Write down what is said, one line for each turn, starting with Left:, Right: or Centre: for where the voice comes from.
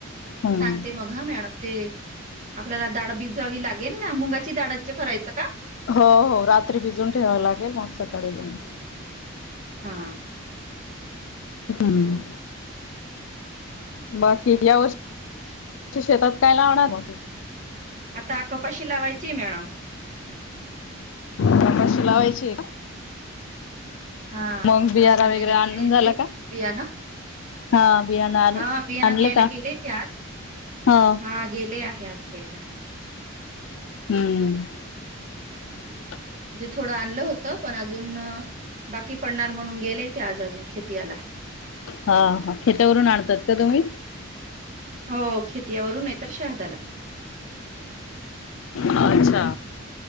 Left: हम्म
Right: सांगते मग हा मॅडम? ते आपल्याला दाढ भिजवावी लागेल ना - मुंगाची दाढेची करायचं का?
Left: हो हो रात्री भिजून ठेवाव लागेल, मग सकाळीण
Right: हा
Left: हम्म, बाकी या वर्षी शेतात काय लावणार?
Right: आता कपाशी लावायची मॅडम
Left: कपाशी लावायची का?
Right: हा
Left: मग
Right: कपाश
Left: बियारा
Right: आणयला
Left: वगैरे आणून
Right: गेले
Left: झाला
Right: ते
Left: का
Right: बियाण
Left: हा बियाणं आण
Right: हा बियाणं
Left: आणले
Right: घ्यायला
Left: का
Right: गेले ते आज
Left: हो
Right: हा गेले आहे आज <unintelligible>
Left: हूं
Right: म्हणजे थोडं आणलं होतं पण अजून बाकी पडणार म्हणून गेलेय ते आज अजून खेती याला
Left: हा हा खेतावरून आणतात का तुम्ही?
Right: हो खेतीयावरून नाही तर शहादाला
Left: अच्छा